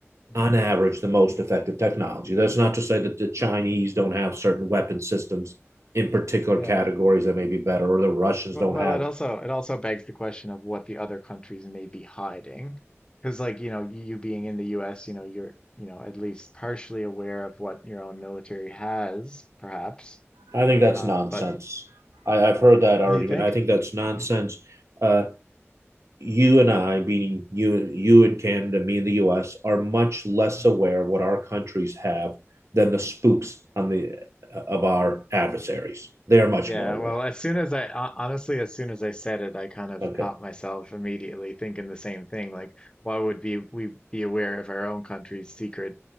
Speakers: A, on the left; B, on the right.
A: Mm.
B: on average, the most effective technology. That's not to say that the Chinese don't have certain weapon systems in particular
A: Yeah.
B: categories that may be better, or the Russians
A: W-
B: don't
A: Well,
B: have.
A: it also it also begs the question of what the other countries may be hiding, because like you know you you being in the U.S., you know you're you know at least partially aware of what your own military has, perhaps.
B: I think that's
A: Um,
B: nonsense.
A: but
B: I, have heard that argument.
A: you think?
B: I think that's nonsense. Uh, you and I, meaning you, you in Canada, me in the U.S., are much less
A: Mm.
B: aware what our countries have than the spooks on the of our adversaries. They are much
A: Yeah.
B: more aware.
A: Well, as soon as I ho- honestly, as soon as I said it, I kind of
B: Okay,
A: caught myself immediately thinking the same thing. Like, why would be we be aware of our own country's secret